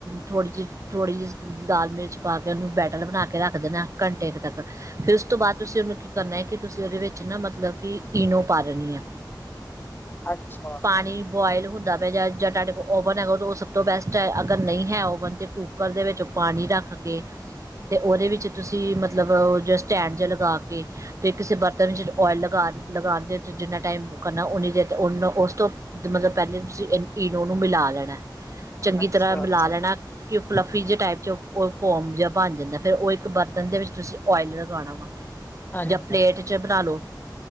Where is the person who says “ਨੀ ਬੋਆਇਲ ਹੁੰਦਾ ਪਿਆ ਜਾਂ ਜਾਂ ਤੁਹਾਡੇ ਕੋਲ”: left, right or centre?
Right